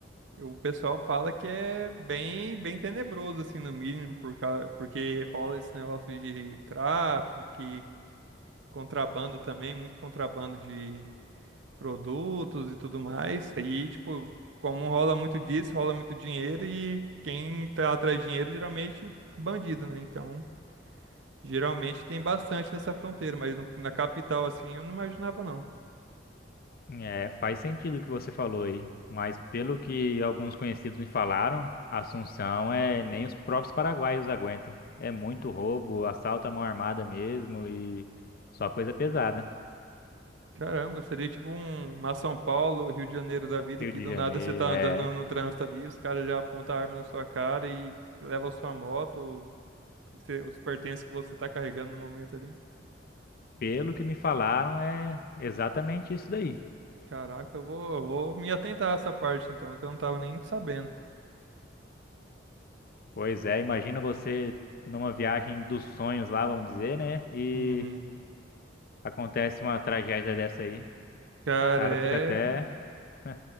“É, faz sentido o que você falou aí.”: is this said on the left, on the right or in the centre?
Left